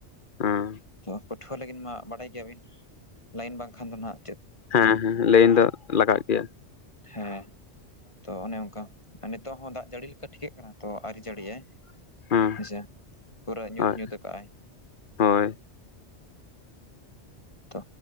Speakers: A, on the left (about 50°); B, on the left (about 25°).
A: ᱚᱸ
B: ᱛᱚ ᱯᱟᱹᱴᱷᱩᱣᱟᱹ ᱞᱟᱹᱜᱤᱫ ᱢᱟ ᱵᱟᱰᱟᱭ ᱜᱮᱭᱟᱵᱤᱱ, ᱞᱟᱹᱭᱤᱱ ᱵᱟᱝᱠᱷᱟᱱ ᱫᱚ ᱱᱟᱜᱼᱼ
A: ᱦᱮᱸ ᱦᱮᱸ ᱞᱟᱹᱭᱤᱱ ᱫᱚ ᱞᱟᱜᱟᱜ ᱜᱮᱭᱟ ᱾
B: ᱦᱮᱸ ᱾ ᱛᱚ ᱚᱱᱮ ᱚᱱᱠᱟ ᱟᱨ ᱱᱤᱛᱚᱜ ᱦᱚᱸ ᱫᱟᱜᱽ ᱡᱟᱹᱲᱤ ᱞᱮᱠᱟ ᱴᱷᱤᱠᱟᱹᱜ ᱠᱟᱱᱟ ᱛᱚ ᱟᱹᱨᱤ ᱡᱟᱹᱲᱤᱭᱟᱭ
A: ᱦᱮᱸ
B: ᱦᱮᱸᱥᱮ, ᱯᱩᱨᱟᱹ ᱧᱩᱛ-ᱧᱩᱛ
A: ᱦᱳᱭ
B: ᱛᱟᱠᱟᱜ-ᱟᱭ
A: ᱦᱳᱭ
B: ᱛᱚ